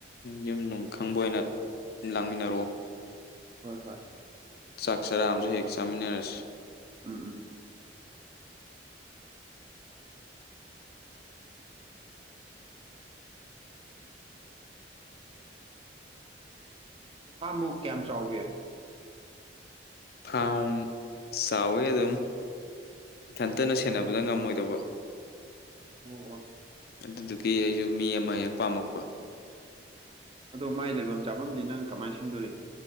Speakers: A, on the left; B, on the right.
A: ꯌꯨꯝ ꯅꯨꯡ ꯈꯪꯕ ꯑꯣꯏꯅ ꯂꯥꯛꯃꯤꯟꯅꯔꯛꯑꯣ
B: ꯎꯝ ꯍꯣꯏ ꯍꯣꯏ
A: ꯆꯥꯛ ꯆꯔꯥ ꯑꯃꯁꯨ ꯍꯦꯛ ꯆꯥꯃꯤꯟꯅꯔꯁꯤ
B: ꯎꯝ ꯎꯝ ꯄꯥꯥꯕꯨ ꯀꯌꯥꯝ ꯆꯥꯎꯒꯦ
A: ꯊꯥꯎ ꯆꯥꯎꯋꯦ ꯑꯗꯨꯝ ꯏꯊꯟꯇꯅ ꯁꯦꯟꯅꯕꯗ ꯉꯝꯃꯣꯏꯗꯧꯕ
B: ꯑꯣ ꯑꯣ
A: ꯑꯗꯨꯗꯨꯒꯤ ꯑꯩꯁꯨ ꯃꯤ ꯑꯃ ꯍꯦꯛ ꯄꯥꯝꯃꯛꯄ
B: ꯑꯗꯣ ꯃꯥꯏ ꯂꯩꯐꯝ ꯆꯥꯐꯝꯗꯤ ꯅꯪ ꯀꯃꯥꯏꯅ ꯁꯤꯟꯗꯣꯔꯤ